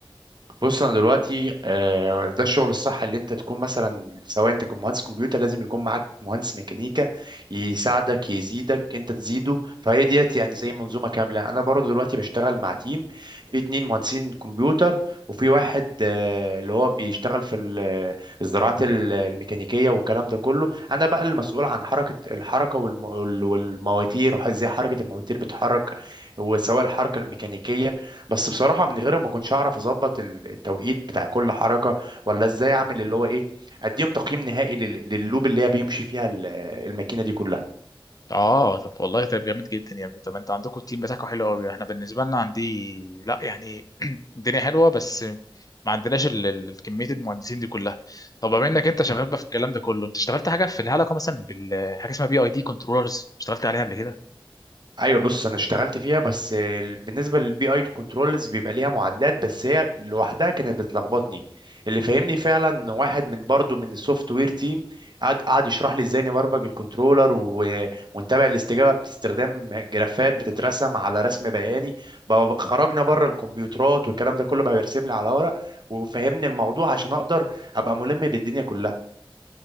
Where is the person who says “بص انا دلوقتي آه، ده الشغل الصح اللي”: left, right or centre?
Right